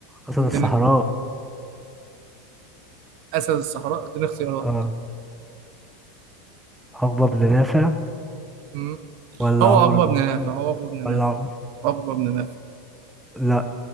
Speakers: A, in the centre; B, on the right.
A: أسد
B: اديني
A: الصحراء
B: أسد الصحراء اديني اختيارات
A: اه عقبة بن نافع
B: مم.
A: ولا
B: هو
A: عمر
B: عقبة
A: المختار
B: بن نافع هو عقبة بن
A: ولا
B: نافع
A: عمر
B: عقبة بن نافع
A: لا